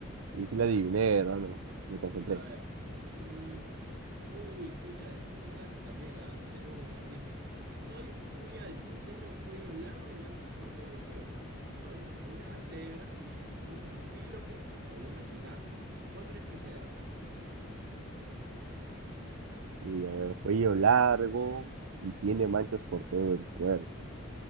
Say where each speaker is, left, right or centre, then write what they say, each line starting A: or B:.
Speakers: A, on the right; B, on the right.
A: Y sí
B: Ya.
A: la adiviné, hermano. Me concentré.
B: A ver. mm, uy, pucha, este, este es fácil también, ¿ah? Tengo una. Dice, soy muy alto, tengo el cuello largo y manchas por todo el cuerpo. Soy una cebra, un antílope o una jirafa. ¿Cuál crees que sea?
A: Y a ver, cuello largo y tiene manchas por todo el cuerpo.